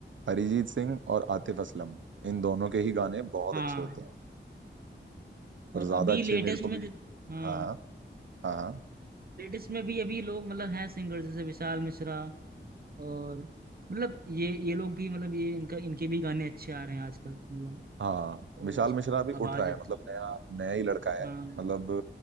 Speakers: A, on the right; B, on the right.
A: अरिजीत सिंह और आतिफ असलम इन दोनों के ही गाने बहुत
B: हाँ
A: अच्छे होते हैं और
B: और
A: ज्यादा
B: अभी
A: अच्छे
B: लेटेस्ट
A: मेरे को
B: में
A: भी
B: जिस- हाँ
A: हाँ हाँ हाँ हाँ
B: लेटेस्ट में भी अभी लोग मतलब हैं सिंगर जैसे विशाल मिश्रा और मतलब ये ये लोग भी मतलब ये इनका इनके भी गाने अच्छे आ रहे हैं आजकल मतलब
A: हाँ
B: और
A: विशाल मिश्रा अभी
B: आवाज
A: उठ रहा है
B: अच्छी
A: मतलब नया नया ही लड़का है
B: हाँ
A: मतलब